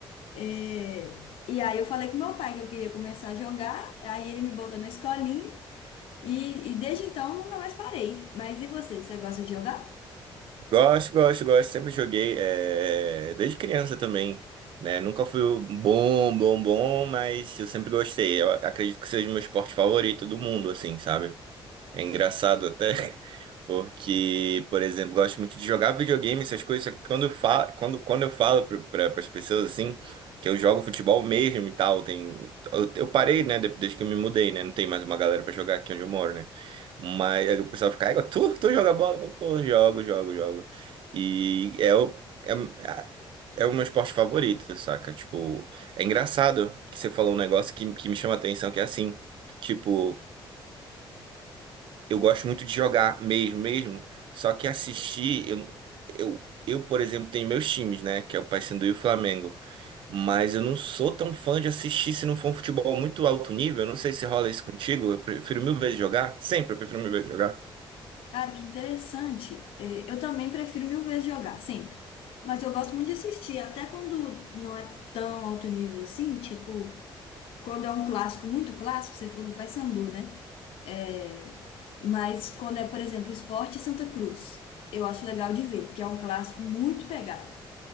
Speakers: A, on the left; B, on the right.
A: É, e aí eu falei com meu pai que eu queria começar a jogar, aí ele me botou na escolinha e, e desde então eu nunca mais parei. Mas e você, você gosta de jogar?
B: Gosto, gosto, gosto. Sempre joguei, eh, desde criança também, né? Nunca fui o bom, bom, bom, mas eu sempre gostei. Eu acredito que seja o meu esporte favorito do mundo, assim, sabe? É engraçado até, <laughs> porque, por exemplo, gosto muito de jogar videogame, essas coisas, só que quando eu falo, quando, quando eu falo para as pessoas assim, que eu jogo futebol mesmo e tal, tem, eu, eu parei, né, de- desde que eu me mudei, né, não tem mais uma galera para jogar aqui onde eu moro, né, mas aí o pessoal fica, "Ai, tu, tu joga bola? Eu falo, Pô, jogo, jogo, jogo, e é o, é, é é o meu esporte favorito, saca, tipo, é engraçado que você falou um negócio que, que me chama a atenção, que é assim, tipo, eu gosto muito de jogar mesmo, mesmo. Só que assistir, eu, eu, eu, por exemplo, tenho meus times, né? Que é o Paysandu e o Flamengo. Mas eu não sou tão fã de assistir se não for um futebol muito alto nível. Eu não sei se rola isso contigo. Eu prefiro mil vezes jogar. Sempre eu prefiro mil vezes jogar.
A: Cara, que interessante. É, eu também prefiro mil vezes jogar, sempre. Mas eu gosto muito de assistir, até quando não é tão alto nível assim, tipo, quando é um clássico, muito clássico, você falou do Paysandu, né? É, mas quando é, por exemplo, Sport e Santa Cruz, eu acho legal de ver, que é um clássico muito pegado.